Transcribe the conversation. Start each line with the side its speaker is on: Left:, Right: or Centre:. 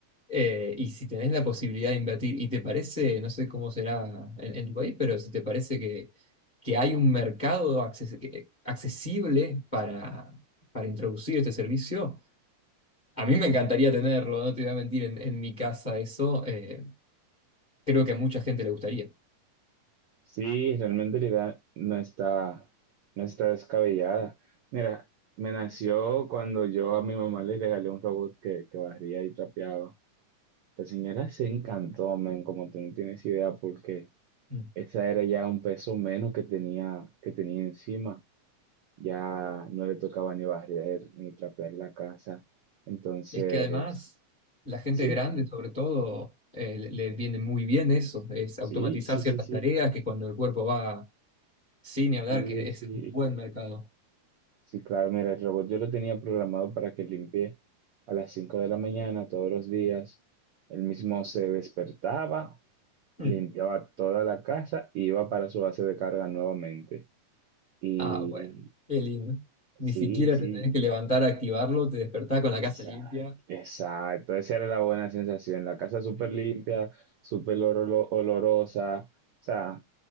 Left: Eh, y si tenés la posibilidad de invertir y te parece, no sé cómo será en, en tu país, pero si te parece que, que hay un mercado acces- que- accesible para, para introducir este servicio, a mí me encantaría tenerlo, no te voy a mentir, en, en mi casa eso. eh, creo que a mucha gente le gustaría.
Right: Sí, realmente la idea no está, no está descabellada. Mira, me nació cuando yo a mi mamá le regalé un robot que, que barría y trapeaba. La señora se encantó, men, como tú no tienes idea, porque
Left: Mm.
Right: Esa era ya un peso menos que tenía, que tenía encima. Ya no le tocaba ni barrer ni trapear la casa. Entonces,
Left: Es que además, la gente
Right: sí,
Left: grande, sobre todo, eh, le le viene muy bien eso, es
Right: sí,
Left: automatizar
Right: sí,
Left: ciertas
Right: sí, sí,
Left: tareas que cuando el cuerpo va sin ni
Right: sí,
Left: hablar, que
Right: sí.
Left: es un buen mercado.
Right: Sí, claro, mira, el robot yo lo tenía programado para que limpie a las 5 de la mañana todos los días. Él mismo se despertaba,
Left: Mm.
Right: limpiaba toda la casa y iba para su base de carga nuevamente. Y
Left: Ah, bueno, qué lindo. Ni
Right: sí,
Left: siquiera
Right: sí.
Left: te tenés que levantar a activarlo, te despertás con
Right: Exacto,
Left: la casa limpia.
Right: exacto. Esa era la buena sensación. La casa súper
Left: Sí.
Right: limpia, súper oloro- olorosa. O sea,